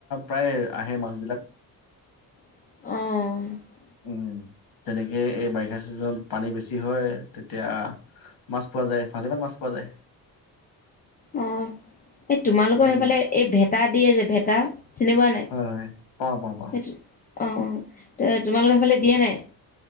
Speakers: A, on the left; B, on the left.
A: প্ৰায় আহে মাছবিলাক।
B: অ'।
A: উ, তেনেকে এই বাৰিষা চিজনত পানী বেছি হয় তেতিয়া মাছ পোৱা যায় ভালেমান মাছ পোৱা যায়।
B: অ' এই তোমালোকৰ
A: উম,
B: সেইফালে এই ভেটা দিয়ে যে ভেটা চনেকুৱা নাই সেইটো
A: হয়, হয়, পাওঁ, পাওঁ, পাওঁ।
B: অঁ', অঁ' তোমালোকৰ এইফালে দিয়ে নাই।